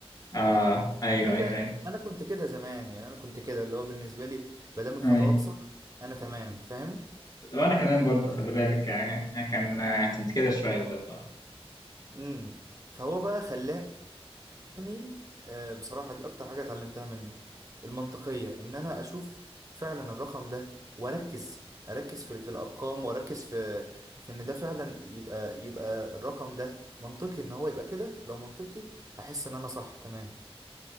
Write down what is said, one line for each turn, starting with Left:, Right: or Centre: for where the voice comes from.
Left: اه ايوه
Right: انا
Left: ايوه
Right: ك...
Left: ايوه
Right: انا كنت كده زمان يعني انا كنت كده اللي هو بالنسبة لي ما دام الخطوات
Left: ايوه
Right: صح انا تمام فاهم
Left: وانا كمان برضه خلي بالك آه، كان آه، كنت كده شويه برضه
Right: امم فهو بقى خلاني يعني آه، بصراحة دي أكتر حاجة اتعلمتها منه المنطقية إن أنا أشوف فعلا الرقم ده وأركز أركز في في الأرقام وأركز في في إن ده فعلا يبقى يبقى الرقم ده منطقي إن هو يبقى كده لو منطقي أحس إن أنا صح تمام